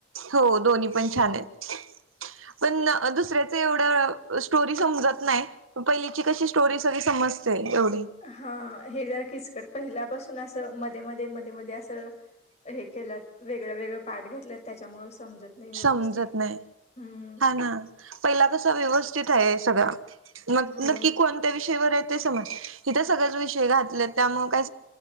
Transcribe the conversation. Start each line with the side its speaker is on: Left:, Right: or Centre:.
Right: हो, दोन्ही पण छान आहेत. पण न दुसऱ्याचं एवढं स्टोरी समजत नाय. पहिलीची कशी स्टोरी सगळी समजते. एवढी
Left: हा, हे जरा किचकट पहिल्यापासून असं मध्ये, मध्ये, मध्ये, मध्ये असं हे केलात वेगळं वेगळं पाठ घेतल्यात त्याच्यामुळे समजत नाही व्यवस्थित
Right: समजत नाही.
Left: हम्म
Right: हा, ना पहिला कसा व्यवस्थित आहे सगळा. मग,
Left: होय
Right: नक्की कोणत्या विषयवर येते. समज इथं सगळंच विषय घातलेत त्यामुळे का